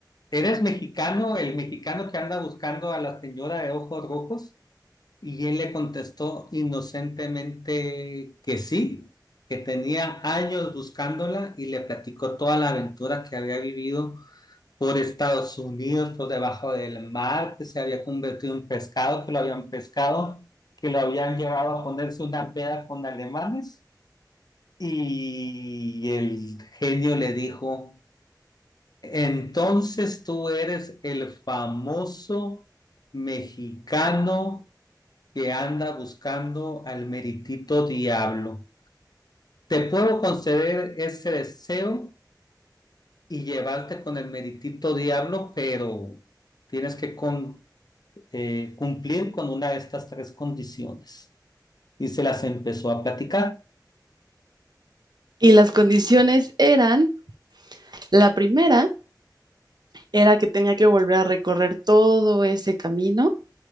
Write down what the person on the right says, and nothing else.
y las condiciones eran, la primera, era que tenía que volver a recorrer todo ese camino,